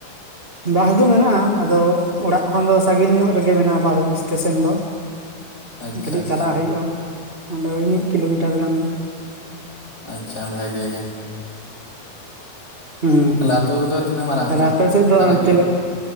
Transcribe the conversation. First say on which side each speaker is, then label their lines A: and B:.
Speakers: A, on the right; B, on the left.
A: ᱵᱟᱥ ᱫᱚ ᱢᱮᱱᱟᱜᱼᱟ ᱟᱫᱚ ᱚᱲᱟᱜ ᱠᱷᱚᱱ ᱫᱚ ᱥᱟᱹᱜᱤᱧ ᱧᱚᱜ ᱨᱮ ᱜᱮ ᱢᱮᱱᱟᱜᱼᱟ ᱵᱟᱥ ᱮᱥᱴᱮ ᱥᱚᱱ ᱫᱚ
B: <inaudible>
A: ᱠᱟᱹᱴᱤᱡ
B: ᱟᱪᱪᱷᱟ
A: ᱪᱟᱞᱟᱜ ᱦᱳᱭᱳᱜᱼᱟ ᱚᱸᱰᱮ <unintelligible> ᱢᱤᱫ ᱠᱤᱞᱳ ᱢᱤᱴᱟᱨ ᱜᱟᱱ ᱫᱚ
B: ᱟᱪᱪᱷᱟ ᱵᱷᱟᱜᱮ ᱜᱮ
A: ᱦᱩᱸ
B: ᱛᱟᱦᱚᱞᱮ
A: ᱦᱩᱸ
B: ᱟᱹᱛᱩ ᱠᱚᱫᱚ ᱛᱤᱱᱟᱹᱜ ᱢᱟᱨᱟᱝ
A: ᱛᱟᱦᱞᱮ
B: ᱟᱹᱛᱩ
A: ᱟᱯᱮ ᱥᱮᱫ ᱫᱚ
B: ᱢᱟᱨᱟᱝ
A: ᱪᱮᱫ
B: ᱜᱮᱭᱟ